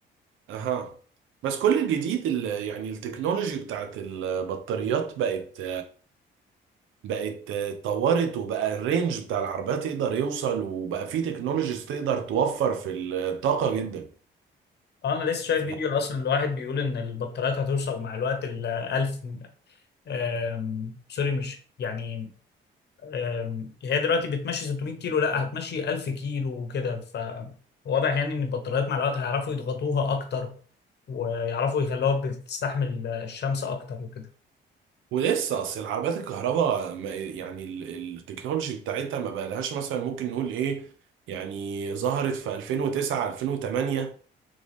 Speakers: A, on the right; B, on the left.
A: اها بس كل الجديد ال- يعني التكنولوجي بتاعت البطاريات بقت بقت اتطورت وبقى الرينج بتاع العربيات يقدر يوصل وبقى في تكنولوجيز تقدر توفر في الطاقة جدا
B: انا لسه شايف
A: ف...
B: فيديو اصلا الواحد بيقول ان البطاريات هتوصل مع الوقت ل 1000 آم، سوري مش يعني أم، هي دلوقتي بتمشي 600 كيلو لا هتمشي 1000 كيلو وكده فواضح يعني ان البطاريات مع الوقت هيعرفوا يضغطوها اكتر ويعرفوا يخلوها بتستحمل الشمس اكتر وكده
A: ولسه اصل العربيات الكهرباء ما- يعني ال- التكنولوجي بتاعتها ما بقالهاش مثلا ممكن نقول ايه يعني ظهرت في 2009 2008